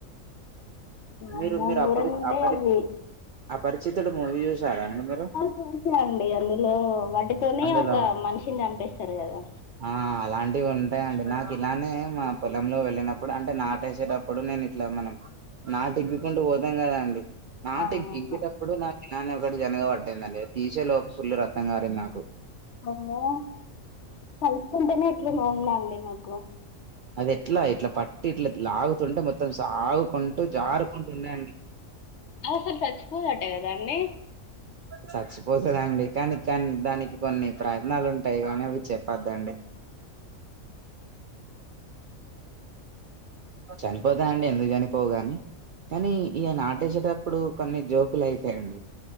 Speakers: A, on the left (about 60°); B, on the right (about 80°).
A: వామ్మో
B: మీరు మీరు
A: ఘోరంగా
B: అపరి
A: ఉంటాయి
B: అపరి
A: అవి
B: అపరిచితుడు మూవీ చూసారా అండి మీరు
A: చూసినా అండి అందులో వాటి తోటి
B: అందులో
A: ఒక మనిషిని చంపేస్తారు కదా
B: అలాంటివి ఊ ఉంటాయి అండి నాకు ఇలానే మా పొలంలో వెళ్ళినప్పుడు అంటే నాటేసేటప్పుడు నేను ఇట్లా మనం నాటి ఎగ్గుకుంటూ పోదాం కదాండి నాటి
A: ఆ అవును
B: ఎగ్గేటప్పుడు నా నను ఒకటి జనగా పాటింది అండి అది తీసే లోపు ఫుల్ రక్తం కారింది నాకు
A: అమ్మో తలుసుకుంటేనే ఎట్లనో ఉందండి నాకు
B: అది ఎట్లా ఇట్లా పట్టి ఇట్లా లాగుతుంటే మొత్తం సాగు కుంటూ జారుకుంటుండేయండి
A: అది అసలు చచ్చిపోదట కదా అండి
B: సచ్చి వసదండి కానీ కానీ దానికి కొన్ని ప్రయత్నాలు ఉంటాయి కానీ అవి చెప్పద్దండి
A: అ
B: చనిపోతా అండి ఎందుకు చనిపోవుగాని కానీ ఇగా నాటేసేటప్పుడు కొన్ని జోకులు అయితాయండి